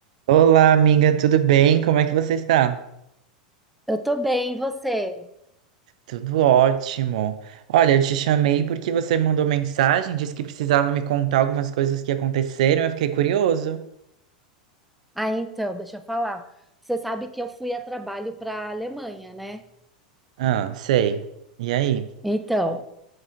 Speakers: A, on the right (about 65°); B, in the centre.
A: Olá, amiga, tudo bem? Como é que você está?
B: Eu tô bem, e você?
A: Tudo ótimo. Olha, eu te chamei porque você me mandou mensagem, disse que precisava me contar algumas coisas que aconteceram, eu fiquei curioso.
B: Ah, então, deixa eu falar. Você sabe que eu fui a trabalho para a Alemanha, né?
A: Ah, sei. E aí?
B: Então,